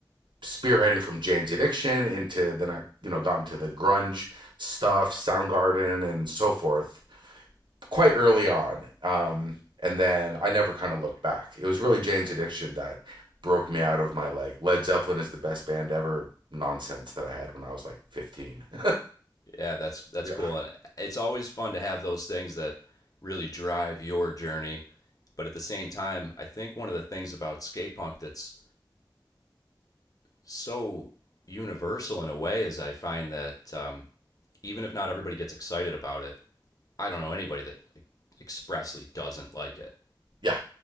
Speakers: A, on the right (about 75°); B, on the left (about 50°).
A: spearheading from Jane's Addiction into then I, you know, got into the grunge stuff, Soundgarden, and so forth quite early on. Um, and then I never kind of looked back. It was really Jane's Addiction that broke me out of my like Led Zeppelin is the best band ever nonsense that I had when I was like 15. <laughs>
B: Yeah, that's that's
A: yeah.
B: cool. And it's always fun to have those things that really drive your journey. But at the same time, I think one of the things about skate punk that's so universal in a way is I find that um, even if not everybody gets excited about it, I don't know anybody that like, expressly doesn't like it.
A: Yeah.